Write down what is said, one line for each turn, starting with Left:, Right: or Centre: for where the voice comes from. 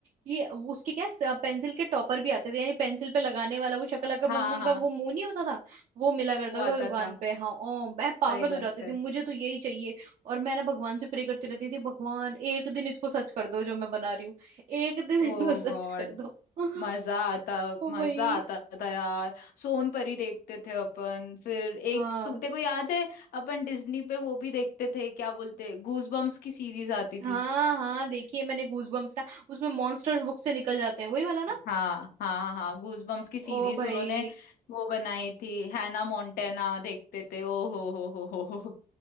Right: कि वो- उसके क्या पेंसिल के टॉपर भी आते थे यानी पेंसिल पे लगाने वाला वो शक्ल का
Left: हाँ
Right: बूम बूम
Left: हाँ
Right: का वो मुंह नहीं होता था वो मिला करता
Left: वो आता
Right: था दुकान
Left: था
Right: पे हाँ ओ मैं पागल
Left: सही बात
Right: हो जाती
Left: है
Right: थी मुझे तो यही चाहिए और मैं ना भगवान से प्रे करती रहती थी भगवान एक दिन इसको सच कर दो जो मैं बना रही हूँ एक दिन
Left: ओ
Right: इसको सच
Left: गॉड,
Right: कर दो <laughs>
Left: मजा आता
Right: ओ
Left: मजा
Right: भाई
Left: आता था यार सोनपरी देखते थे अपन फिर
Right: हाँ
Left: एक तु- तेरे को याद है अपन डिज्नी पे वो भी देखते थे क्या बोलते गूज बम्स की सीरीज आती
Right: हाँ
Left: थी
Right: हाँ देखिए मैंने गूज बम्स ना उसमें मॉन्स्टर्स बुक से निकल जाते हैं वही वाला ना
Left: हाँ हाँ हाँ गूज बम्स की सीरीज
Right: ओ भाई
Left: उन्होंने वो बनाई थी हैना मोंटेना देखते थे ओ हो हो हो हो हो